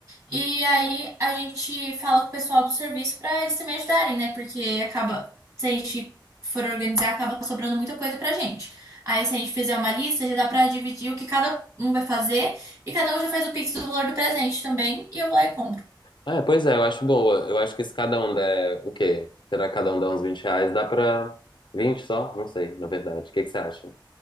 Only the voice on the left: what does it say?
É, pois é, eu acho boa. Eu acho que se cada um der o quê? Será que cada um dá uns 20 reais? Dá pra 20 só? Não sei, na verdade. O que que você acha?